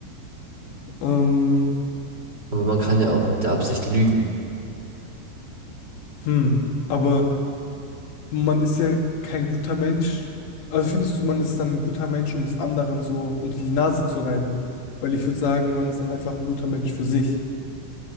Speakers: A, on the left; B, on the right.
A: Ähm,
B: aber man kann ja auch mit der Absicht lügen.
A: hm, aber man ist ja kein guter Mensch. Also findest du, man ist dann ein guter Mensch, um es anderen so unter die Nase zu reiben? Weil ich würde sagen, man ist dann einfach ein guter Mensch für sich.